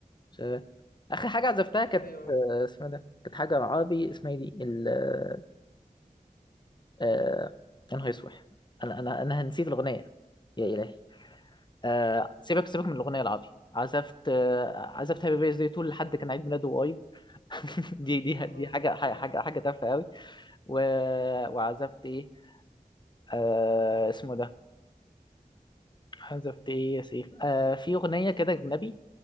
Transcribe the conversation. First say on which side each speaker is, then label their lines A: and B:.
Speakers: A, on the left (about 30°); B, on the left (about 80°).
A: مش- اخر حاجه عزفتها كانت
B: ايوه ايوه
A: آه، اسمها إيه ده كانت حاجه عربي اسمها إيه دي ال آه، يا نهار اسود انا انا انا نسيت الاغنيه يا الهي آه، سيبك سيبك من الاغنيه العربي عزفت آه، عزفت هابي بيرث داي تول لحد كان عيد ميلاده قريب <laughs> دي دي
B: اه
A: دي حاجه حاجه
B: جامد
A: حاجه تافهه قوي و... وعزفت ايه آه، اسمه إيه ده حذفت ايه يا سيف آه في اغنيه كده اجنبي